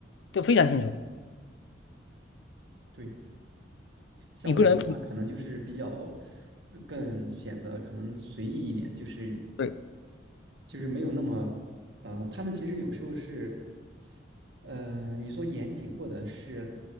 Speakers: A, on the left; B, on the right.
A: 都非常清楚，
B: 对，像我们的话，
A: 你不能
B: 可能就是比较呃更显得可能随意一点，就是
A: 对，
B: 就是没有那么，嗯、他们其实有时候是，呃，你说严谨或者是